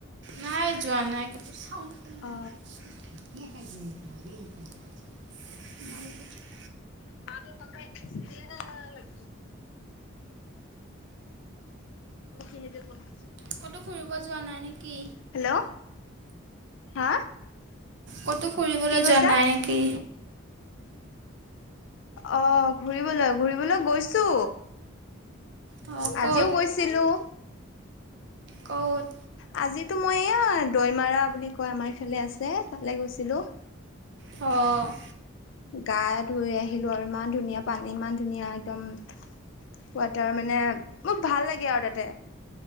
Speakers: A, on the right; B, on the left.
A: নাই যোৱা নাই কতো <unintelligible>
B: অ
A: কি খাই <unintelligible>
B: <unintelligible> কোনখিনিতে কথা পাতিছ?
A: ক'তো ফুৰিব যোৱা নাই নেকি?
B: হেল্ল', হা?
A: ক'তো ফুৰিবলৈ
B: কি কৈছা?
A: যোৱা নাই নেকি?
B: অ, ঘুৰিবলৈ -ঘূৰিবলৈ গৈছো
A: অ ক'ত
B: আজিও গৈছ ছিলো।
A: ক'ত?
B: আজিতো মই এইয়া দৈমাৰা বুলি কয় আমাৰ ইফালে আছে তালে গৈছিলোঁ।
A: অ',
B: গা ধুই আহিলোঁ আৰু ইমান ধুনীয়া পানী ইমান ধুনীয়া একদম ৱাটাৰ মানে মোক ভাল লাগে আৰু তাতে।